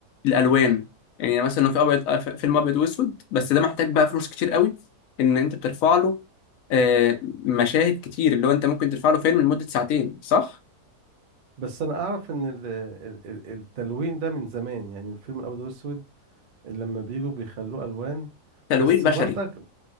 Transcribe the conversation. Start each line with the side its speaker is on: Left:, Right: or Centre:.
Left: الالوان يعني مثلا لو في ابيض آه، فيلم ابيض واسود بس ده محتاج بقى فلوس كتير قوي ان انت بترفع له آه، مشاهد كتير اللي هو انت ممكن ترفع له فيلم لمده ساعتين صح
Right: بس انا اعرف ان ال- ال- ال- التلوين ده من زمان يعني الفيلم الابيض والاسود لما بيجوا بيخلوه الوان
Left: تلوين
Right: بس
Left: بشري
Right: برضك